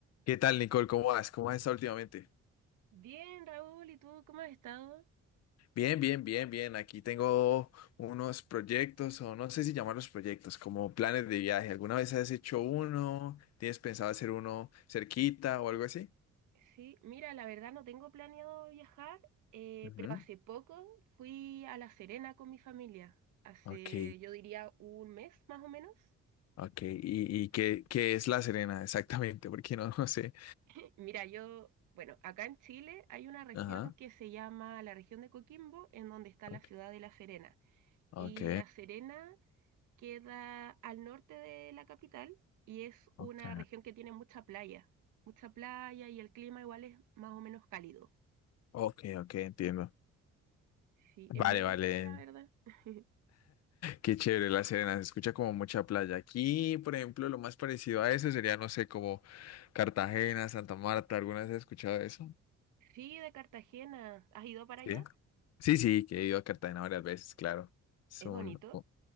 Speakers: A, on the left; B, on the right.
A: ¿Qué tal, Nicole? ¿Cómo vas? ¿Cómo has estado últimamente?
B: Bien, Raúl, ¿y tú cómo has estado?
A: Bien, bien, bien, bien. Aquí tengo unos proyectos, o no sé si llamarlos proyectos, como planes de viaje. ¿Alguna vez has hecho uno? ¿Tienes pensado hacer uno cerquita o algo así?
B: Sí, mira, la verdad no tengo planeado viajar, eh,
A: Ujú.
B: pero hace poco fui a La Serena con mi familia, hace
A: Ok,
B: yo diría un mes más o menos.
A: ok. ¿Y, y qué, qué es La Serena exactamente? Porque no, <laughs> no sé.
B: Eh, Mira, yo, bueno, acá en Chile hay una región
A: Ajá.
B: que se llama la región de Coquimbo, en donde está
A: Ok,
B: la ciudad de La Serena.
A: ok,
B: Y La Serena queda al norte de la capital y es
A: ok.
B: una región que tiene mucha playa, mucha playa y el clima igual es más o menos cálido.
A: Ok, ok, entiendo.
B: Sí,
A: Vale,
B: es muy bonito,
A: vale.
B: la verdad. <laughs>
A: Qué chévere La Serena, se escucha como mucha playa. Aquí, por ejemplo, lo más parecido a eso sería, no sé, como Cartagena, Santa Marta. ¿Alguna vez has escuchado eso?
B: Sí, de Cartagena. ¿Has ido para allá?
A: Sí. Sí, sí, que he ido a Cartagena varias veces, claro. Es
B: ¿Es
A: un,
B: bonito?